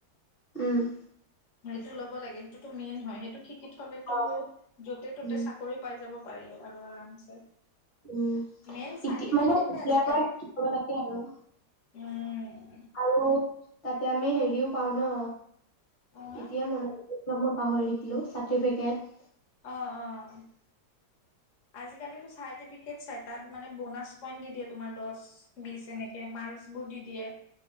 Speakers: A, on the left; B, on the left.
A: উম।
B: সেইটো ল'ব লাগে সেইটো। মেইন হয় সেইটো শিকি থলেতো
A: অ',
B: য'তে ত'তে
A: উম
B: চাকৰি পাই যাব। পাৰ আৰু আৰামছে।
A: উমতিয়া
B: মেইন চাৰ্টিফিকেটহে
A: মানে এতিয়াৰ
B: আজিকালি
A: পৰা সিকিব লাগে। আৰু।
B: উম।
A: আৰু। তাতে আমি হেৰিও পাওঁ ন।
B: অ
A: এতিয়া মনামত। পাহৰি থাকিলোঁ চাৰ্টিফিকেট।
B: অ, অ। আজিকালো চাৰটিফিকেট চ তাত মানে বনাছ পইণ্ট দি দিয়ে্ তোমাৰ দ বি এনেকে ম্কোৰ দি দিয়ে।